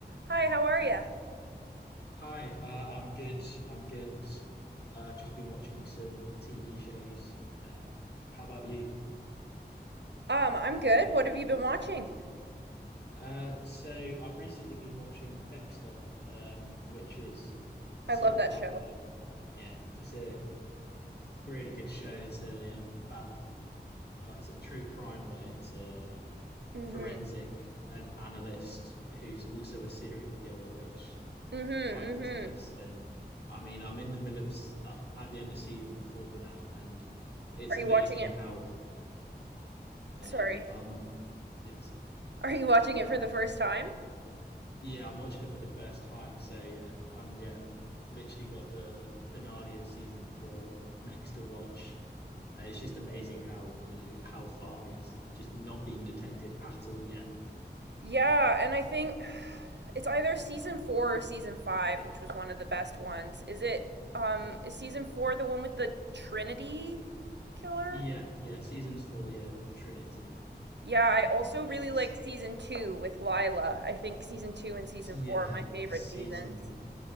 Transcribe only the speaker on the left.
Hi, uh, I'm good. I'm good. Uh, I've just been watching some TV shows. Um, how about you?
Uh, so I've recently been watching Dexter, um, which is sort
of like
a yeah, it's a really good show. It's a yeah, about uh, it's a true crime where it's a
forensic an analyst who's also a serial killer, which
quite a twist. And I mean, I'm in the middle of that at the end of season four now, and it's
amazing
how um
um yeah sorry
yeah I'm watching it for the first time. So yeah, um yeah, literally got the finale of season four next to watch. Uh, it's just amazing how you know how far he's just not been detected at all yet.
Yeah, yeah, seasons four, yeah, with Trinity.
Um,
it's
yeah,
season